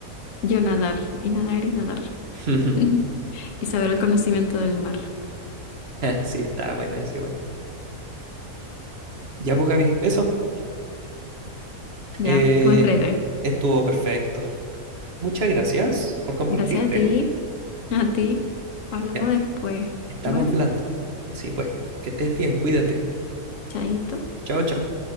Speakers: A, on the left; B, on the right.
A: Yo nadar, y nadar, y nadar.
B: <laughs>
A: <laughs> Y saber el conocimiento del mar.
B: Sí, está buena esa igual. Ya, pues, Gaby, eso.
A: Ya,
B: Eh,
A: tú entrete.
B: estuvo perfecto. Muchas gracias por compartirte.
A: Gracias a ti, a ti. Hablamos
B: Ya,
A: después.
B: estamos
A: Bueno,
B: hablando. Sí, pues, que estés bien, cuídate.
A: chaito.
B: Chao, chao.